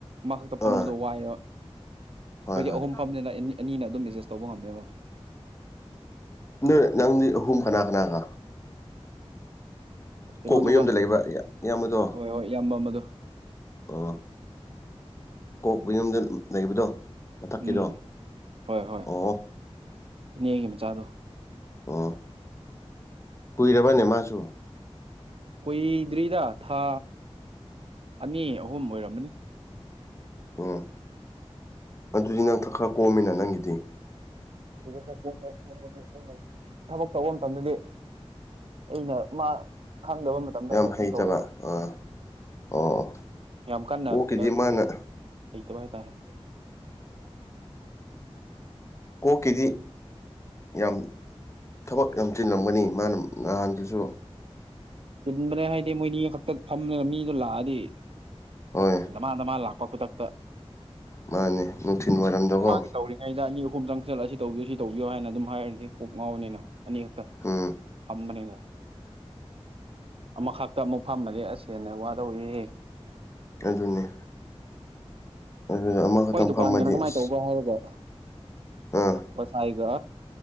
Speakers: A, on the right; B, on the left.
A: ꯃꯥ ꯈꯛꯇ ꯐꯝꯕꯗꯣ
B: ꯑꯥ
A: ꯋꯥꯏꯑꯕ
B: ꯍꯣꯏ
A: ꯑꯩꯈꯣꯏꯗꯤ
B: ꯍꯣꯏ
A: ꯑꯍꯨꯝ ꯐꯝꯅꯤꯅ ꯑꯅꯤꯅ ꯑꯗꯨꯝ ꯑꯦꯗꯖꯁ ꯇꯧꯕ ꯉꯝꯃꯦꯕ
B: ꯅꯣꯏ ꯅꯪꯗꯤ ꯑꯍꯨꯝ ꯀꯅꯥ ꯀꯅꯥ ꯀ
A: ꯀꯩꯅꯣꯗꯨꯒ
B: ꯀꯣꯛ ꯃꯌꯨꯝꯗ ꯂꯩꯕ ꯏꯌꯥꯝꯕꯗꯣ
A: ꯍꯣꯏ ꯍꯣꯏ ꯏꯌꯥꯝꯕ ꯑꯃꯗꯣ
B: ꯑꯣ ꯀꯣꯛꯄ ꯌꯨꯝꯗ ꯂꯩꯕꯗꯣ ꯃꯊꯛꯀꯤꯗꯣ
A: ꯎꯝ ꯍꯣꯏ ꯍꯣꯏ
B: ꯑꯣ
A: ꯏꯅꯦꯒꯤ ꯃꯆꯥꯗꯣ
B: ꯑꯣ ꯀꯨꯏꯔꯕ ꯅꯦꯃꯁꯨ
A: ꯀꯨꯏꯗ꯭ꯔꯤꯗ ꯊꯥ ꯑꯅꯤ ꯑꯍꯨꯝ ꯑꯣꯏꯔꯝꯃꯅꯤ
B: ꯑꯣ ꯑꯗꯨꯗꯤ ꯅꯪ ꯈ ꯈꯔ ꯀꯣꯝꯃꯤꯅ ꯅꯪꯒꯤꯗꯤ
A: ꯈꯔꯣꯃꯦ ꯀꯣꯕꯗꯤ ꯑꯗꯨꯕꯨ ꯊꯕꯛ ꯇꯧꯕ ꯃꯇꯝꯗꯗꯤ ꯑꯩꯅ ꯃꯥ ꯈꯪꯗꯕ ꯃꯇꯝꯗ
B: ꯌꯥꯝ
A: ꯑꯩꯅ ꯑꯗꯨꯝ
B: ꯍꯩꯇꯕ
A: ꯇꯧꯋꯦꯕ
B: ꯑꯥ ꯑꯣ
A: ꯌꯥꯝ ꯀꯟꯅ
B: ꯀꯣꯛꯀꯤꯗꯤ
A: ꯀꯩꯅꯣ
B: ꯃꯥꯅ
A: ꯍꯇꯕ ꯍꯥꯏꯇꯥꯔꯦ
B: ꯀꯣꯀꯤꯗꯤ ꯌꯥꯝ ꯊꯕꯛ ꯌꯥꯝꯁꯤꯤꯜꯂꯝꯝꯒꯅꯤ ꯃꯥꯅ ꯅꯍꯥꯟꯗꯁꯨ
A: ꯆꯤꯟꯕꯅꯦ ꯍꯥꯏꯗꯤ ꯃꯣꯏꯅꯤ ꯈꯛꯇ ꯐꯝꯅꯤꯅ ꯃꯤꯗꯣ ꯂꯥꯛꯑꯗꯤ
B: ꯍꯣꯏ
A: ꯗꯃꯥꯟ ꯃꯥ ꯂꯥꯛꯄ ꯈꯨꯗꯛꯇ
B: ꯃꯥꯅꯦ ꯅꯨꯡꯊꯤꯜ ꯋꯥꯏꯔꯝꯗꯀꯣ
A: ꯃꯥꯒꯤ ꯇꯧꯔꯤꯉꯩꯗ ꯑꯅꯤ ꯑꯍꯨꯝꯗꯪ ꯍꯛꯆꯜꯂ ꯑꯁꯤ ꯇꯧꯕꯤꯌꯨ ꯁꯤ ꯇꯧꯕꯤꯌꯣ ꯍꯥꯏꯅ ꯑꯗꯨꯝ ꯍꯥꯏꯔꯗꯤꯦ ꯀꯣꯛ ꯉꯥꯎꯕꯅꯤꯅ ꯑꯅꯤ ꯍꯛꯇ
B: ꯎꯝ
A: ꯐꯝꯕꯅꯦꯒ ꯑꯃꯈꯛꯇ ꯑꯃꯨꯛ ꯐꯝꯃꯔꯦ ꯑꯁꯦꯅ ꯋꯥꯗꯧꯔꯤꯍꯦ
B: ꯑꯗꯨ ꯑꯗꯨꯅꯦ ꯑꯗꯨꯅ ꯑꯃꯈꯛꯇꯪ
A: ꯍꯣꯏ ꯗꯨꯀꯥꯟꯒꯤꯅ
B: ꯐꯝꯃꯗꯤ
A: ꯀꯃꯥꯏꯅ
B: ꯑꯁ
A: ꯇꯧꯕꯒ ꯍꯥꯏꯕꯕ
B: ꯑꯥ
A: ꯉꯁꯥꯏꯒ